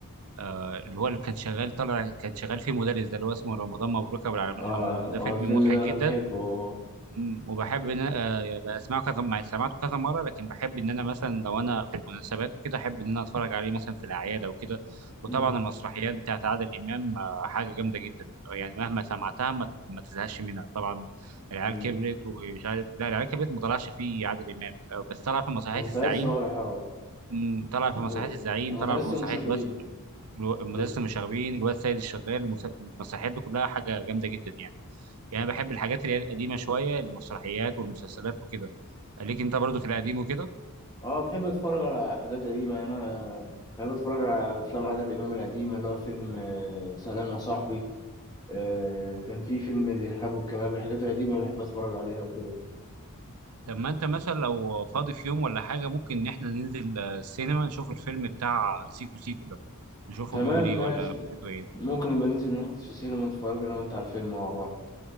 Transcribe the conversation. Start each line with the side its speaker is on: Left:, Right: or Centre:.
Right: آه، اللي هو اللي كان شغال طالع كان شغال فيه مدرس ده اللي هو اسمه رمضان مبروك ابو العلمين
Left: اه
Right: حموده ده
Left: اه
Right: فيلم
Left: الفيلم
Right: مضحك
Left: ده
Right: جدا
Left: انا بحبه اه
Right: مم. وبحب ان انا آه، يبقى اسمعه كذا مع- سمعته كذا مره لكن بحب ان انا مثلا لو انا في المناسبات وكده احب ان انا اتفرج عليه مثلا في الاعياد او كده وطبعا
Left: مم،
Right: المسرحيات بتاعت عادل امام آه، حاجه جامده جدا يعني مهما سمعتها ما, ما تزهقش منها طبعا العيال
Left: مم.
Right: كبرت ومش عارف لا العيال كبرت ما طلعش فيه عادل امام آه، بس طلع في مسرحيه
Left: كان سعيد
Right: الزعيم
Left: صالح اه
Right: مم، طلع في مسرحيه
Left: و-
Right: الزعيم
Left: ومدرسه
Right: طلع في مسرحيه
Left: المشاغبين
Right: الواد الو- المدرسه
Left: مدرسه
Right: المشاغبين الواد سيد الشغال المس- المسرحيات دي كلها حاجه جامده جدا يعني يعني انا بحب الحاجات اللي هي القديمه شويه المسرحيات والمسلسلات وكده ليك انت برضو في القديم وكده
Left: اه بحب اتفرج على حاجات قديمة يعني. انا بحب اتفرج على افلام عادل امام القديمة اللي هو فيلم آه، سلام يا صاحبي آه، كان في فيلم الارهاب والكباب الحاجات القديمة بحب اتفرج عليها وكده
Right: طب ما انت مثلا لو فاضي في يوم ولا حاجه ممكن ان احنا ننزل آه، السينما نشوف الفيلم بتاع سيكو سيكو ده نشوفه
Left: تمام
Right: بيقول ايه
Left: ماشي
Right: ولا فكرته ايه
Left: ممكن نبقى ننزل نحط في السينما نتفرج انا وانت على الفيلم مع بعض